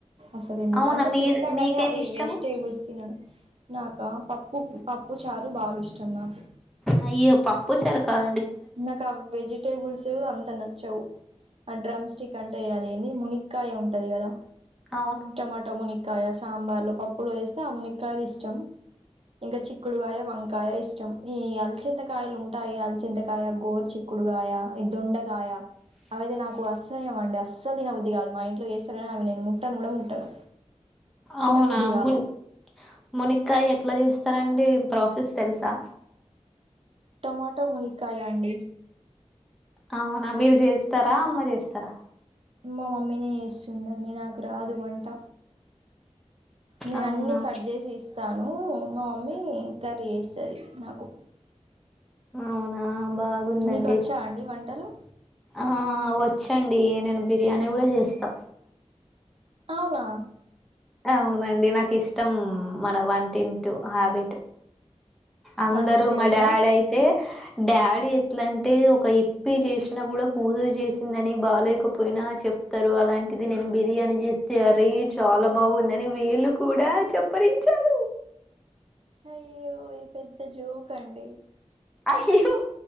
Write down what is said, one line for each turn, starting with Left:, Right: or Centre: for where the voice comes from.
Right: అసలేందుకు
Centre: అవునా
Right: అంటే
Centre: మీరు
Right: తింటా
Centre: మీకేమి
Right: కానీ అవి
Centre: ఇష్టము
Right: వెజిటేబుల్స్ తినను నాక పప్పు పప్పు చారూ చారు బాగిష్టం నాకు
Centre: అయ్యో పప్పుచ్చరు కాదు
Right: నాకు ఆ వెజిటేబుల్స్ అంత నచ్చవు ఆ డ్రమ్స్టిక్ అంటే అదేంది మునిక్కాయ ఉంటంది కదా
Centre: అవును
Right: టొమాటో మునిక్క కాయ సాంబార్లో పప్పులు వేస్తే అమునిక్కాయలు ఇష్టం ఇంకా చిక్కుడుకాయ వంకాయ ఇష్ట చం ఈ అల్చేంతకాయలుంటాయే అల్చంతకాయ గోరు చిక్కుడుగాయ ఈ దొండకాయ అవైతే నాకు అస్సహ్య అండి అస్సదిన బుద్దిగాదు మా ఇంట్లో ఏస్తరుగాని అవి నేను ముట్టను కూడా ముట్టను తినబుద్ధి
Centre: అవునా
Right: కాదు
Centre: మున్ మునిక్కయేట్లా చేస్త చేస్తారండి ప్రాసెస్ తెల్సా
Right: టమాటో ముని కాయ అండి
Centre: అవునా మీరు చేస్తారా అమ్మ చేస్తారా
Right: మా మమ్మీనే చేస్తుంది అండి నాకు రాదు వంట నేను
Centre: అవునా
Right: అన్ని కట్ చేసి ఇస్తాను మా మమ్మీ కట్ చేస్తది నాకు
Centre: అవునా బాగుందండి
Right: మీకు వచ్చా అండి వంటలు
Centre: ఆ వచ్చి అండి నేను బిర్యానీ కూడా చేస్తా
Right: అవునా
Centre: అవునండి నాకు ఇష్టం మన వంటిట్తో హ్యాబిట్ అందరు
Right: వంట చేయడమా
Centre: మా డాడీ అయితే డాడీ ఎట్లా అంటే ఒక ఇప్పి చేసినా కూడా కూతురు చేసిందని బాలేకపోయినా చెప్ తరు అలాంటిది నేను బిర్యానీ చేస్తే అరే చాలా బావుందని వేళ్ళు కూడా చెప్పరించాడు
Right: అయ్యో ఈది పెద్ద జోక అండి
Centre: అయ్యో